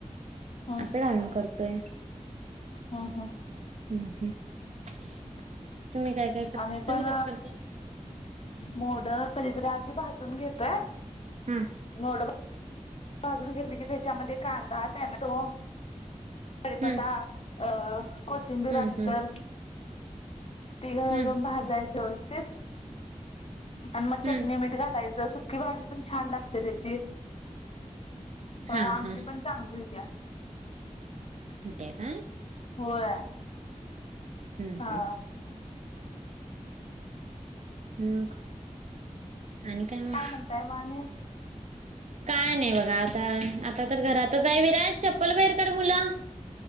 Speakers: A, on the left (about 50°); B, on the right (about 65°).
A: हम्
B: असं घालून करतोय.
A: ह हां.
B: हम्म हम् तुम्ही काय काय कर
A: आम्ही
B: तुम्ही
A: पण
B: कस करताय.
A: मोड कधीतरी आधी भाजून घेतोय
B: हा
A: मोड भाजून घेतले की त्याच्यामध्ये कांदा टॅमॅटो कडीपथा,
B: हम्म
A: अ कोथिंबीर
B: हम्म
A: आणि
B: हम्म
A: तर. तिला
B: हम्म
A: भाजायच व्यवस्थित आणि मग चटणी
B: हम्म
A: - मीठ घालायचं, सुकी भाजी पण छान लागते त्याची. प
B: हा
A: आमटी
B: हा
A: पण चांगली होत्या.
B: होत्या काय?
A: होय,
B: हम्म
A: हा
B: हम्म मग? आणि मग
A: काय म्हणताय म आणि?
B: काय नाही बघा, आता आता तर घरातच आहे, विराज चप्पल बाहेर काढ मुला.